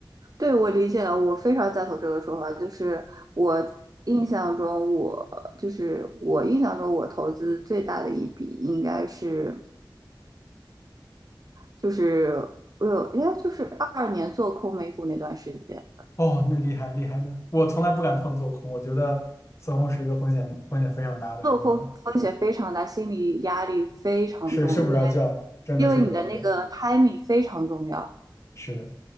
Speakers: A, on the right (about 50°); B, on the left (about 35°).
A: 对，我理解了，我非常赞同这个说法。就是我印象中我，就是我印象中，我投资最大的一笔应该是，就是我有，应该就是二二年做空美股那段时间，
B: 哦，那厉害厉害的，我从来不敢碰做空，我觉得做空是一个风险风险非常大的一个，
A: 做空风险非常大，心理压力非常重，
B: 睡睡不着觉，
A: 因为
B: 真的睡不着觉。
A: 因为你的那个 timing 非常重要。
B: 是的，